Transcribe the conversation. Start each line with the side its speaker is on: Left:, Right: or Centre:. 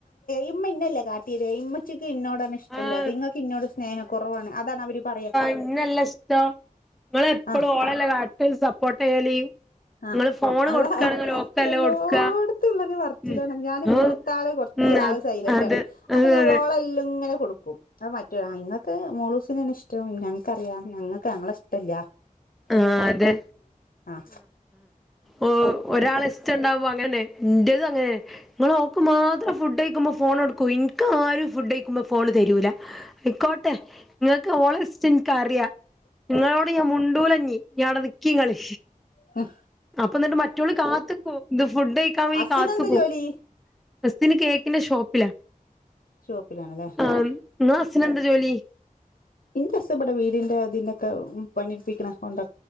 Left: ഇമ്മ ഇന്നെല്ലെ കാട്ടിയേത് ഇമ്മ ച്ചിക്ക് ഇന്നോടാണ്
Centre: ആഹ്
Left: ഇങ്ങക്ക് ഇന്നോട് സ്നേഹ കുറവാണ് അതാണ് അവര് പറയാ
Centre: ഇന്നെല്ല ഇഷ്ടം ഇങ്ങളെപ്പളും
Left: ആ
Centre: ഓളല്ല കാട്ട് സപ്പോർട്ട് ചെയ്യല്
Left: ആഹ്
Centre: നിങ്ങള് ഫോണ്
Left: അതായി
Centre: കൊടുക്കാണെങ്കിൽ ഓക്കല്ലേ
Left: എല്ലോടത്തുംള്ളൊരു
Centre: കൊടുക്ക
Left: പർച്ചിലാണ്
Centre: ഉം
Left: ഞാന്
Centre: ഉം
Left: മൂത്താള് കൊറച്
Centre: ഉം
Left: ച്ച് ആള് സൈലന്റ്
Centre: അതെ
Left: ആണെ അപ്പൊ
Centre: അതെ
Left: ഞാൻ ഓള
Centre: അതെ
Left: എല്ലാം ഇങ്ങനെ കൊടുക്കും. ക്കും അത് മറ്റോ ആ ഇങ്ങൾക്ക് മോളൂസിനെയാണ് ഇഷ്ടം ഞങ്ങക്കറിയാം ഞങ്ങൾക്ക് ഞങ്ങളെഷ്ടല്ല.
Centre: ആഹ് അതെ.
Left: ആഹ്
Centre: ഓ ഒരാളഷ്ടണ്ടാവുമ്പോ അങ്ങനെ ഇന്റതും അങ്ങനെ ഇങ്ങള് ഓൾക്ക് മാത്രം ഫുഡ് കഴിക്കുമ്പോ ഫോൺ കൊടുക്കും ഇനിക്ക് ആരും ഫുഡൈ ക്കുമ്പോ ഫോൺ തരൂല ആയിക്കോട്ടെ ഇങ്ങൾക്ക് ഓളെ ഇഷ്ടം ഇനിക്കറ്യാ ഇങ്ങളോട് ഞാൻ മുണ്ടൂലഞ്ഞി ഞാവടെ നിക്കിങ്ങള്
Left: ഹും
Centre: അപ്പൊ എന്നിട്ട് മറ്റോള് കാത്ത്ക്കും ഇത് ഫുഡ് കഴിക്കാൻ വേയി
Left: ഹസ്സിനെന്താ
Centre: കാത്തുക്കും.
Left: ജോലി
Centre: ഹസ്ബൻ്റ് കേക്കിന്റെ ഷോപ്പില
Left: ഷോപ്പിലാണല്ലേ
Centre: ആഹ് ഉം ഇങ്ങളെ ഹസിൻ എന്താ ജോലി
Left: ഇന്റെ ഹസ് ഇവിടെ വീടിന്റെ ഇതിന്റെക്കെ പണിടുപ്പിക്കണ കോണ്ട്രാ